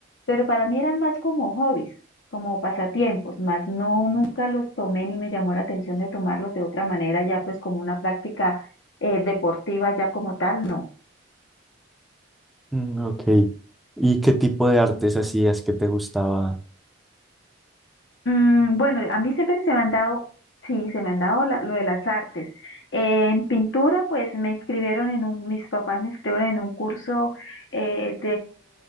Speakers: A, on the left (about 65°); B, in the centre.
A: pero para mí eran más como hobbies, como pasatiempos, más no, nunca los tomé ni me llamó la atención de tomarlos de otra manera, ya pues como una práctica eh, deportiva ya como tal, no.
B: Mm, ok. ¿Y qué tipo de artes hacías que te gustaba?
A: Mm, bueno, a mí siempre se me han dado, sí, se me han dado la- lo de las artes. en pintura, pues me inscribieron en un, mis papás me inscribieron en un curso eh,